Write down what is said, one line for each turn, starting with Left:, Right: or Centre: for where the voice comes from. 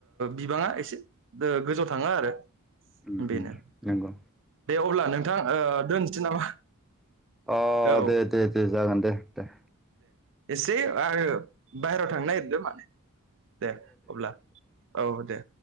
Right: बिबाङा एसे ओ गोजौ थाङो आरो
Centre: उम
Right: बेनो
Centre: उम नंगौ
Right: दे अब्ला नोंथां ओ दोनसै नामा
Centre: अ
Right: औ
Centre: दे दे दे जागोन दे दे
Right: ज आरो बाहेराव थांनो नागिरदों माने <inaudible> दे अब्ला औ दे